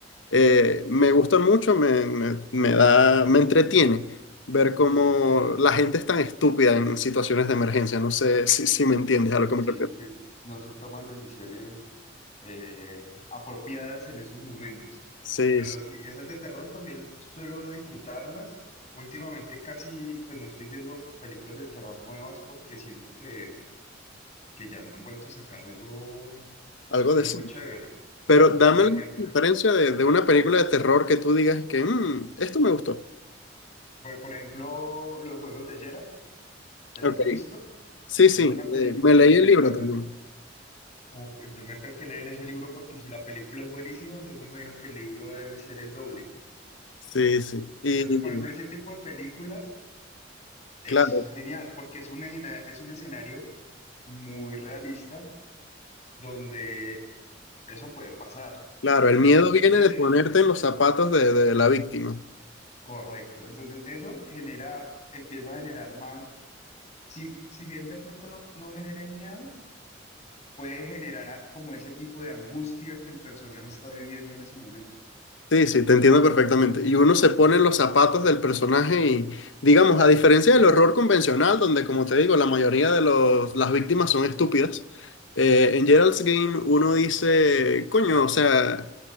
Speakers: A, on the left (about 80°); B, on the left (about 40°).
A: eh, me gusta mucho, me, me, me da, me entretiene ver cómo la gente es tan estúpida en situaciones de emergencia. No sé si, si me entiendes a lo que me
B: Sí,
A: refiero.
B: que no se toman decisiones eh, apropiadas en esos momentos.
A: Sí,
B: Pero
A: sí,
B: sí, esas de terror también suelo disfrutarlas. Últimamente casi, pues no estoy viendo películas de terror nuevas porque siento que, que ya no han vuelto a sacar algo,
A: algo
B: algo
A: de sí.
B: chévere.
A: Pero dame
B: Por ejemplo,
A: la diferencia de, de una película de terror que tú digas que "Mm, esto me gustó.
B: por, por ejemplo, los juegos de Geralt, ¿te las
A: Ok.
B: has visto?
A: Sí,
B: Es
A: sí,
B: una peli-
A: eh, me
B: la
A: leí
B: película
A: el libro también.
B: Uf, yo me tengo que leer ese libro porque si la película es buenísima, yo me imagino que el libro debe ser el doble.
A: Sí, sí.
B: Entonces,
A: Y
B: por ejemplo, ese tipo de películas, eso
A: claro,
B: es genial, porque es un, ejena- es un escenario muy realista donde eso puede pasar.
A: claro, el
B: Entonces,
A: miedo viene
B: ese,
A: de ponerte en los zapatos de, de la víctima.
B: correcto. Entonces, eso genera, empieza a generar más, si, si bien de pronto no, no genere miedo, puede generar ah, como ese tipo de angustia que el personaje está viviendo en ese momento.
A: Sí, sí, te entiendo perfectamente. Y uno se pone en los zapatos del personaje y, digamos, a diferencia del horror convencional, donde, como te digo, la mayoría de los, las víctimas son estúpidas, eh, en Gerald's Game uno dice, coño, o sea,